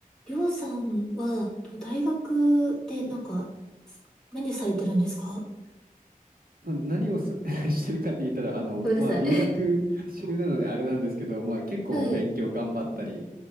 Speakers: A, in the centre; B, on the right.
A: りょうさんは、と大学でなんか、す何されてるんですか
B: まあ、何をさ <laughs> してるかって言ったら、あの、
A: ごめんなさい。
B: まあ、留学中なのであれなんですけど、まあ、結構勉強頑張ったり、
A: <laughs> はい。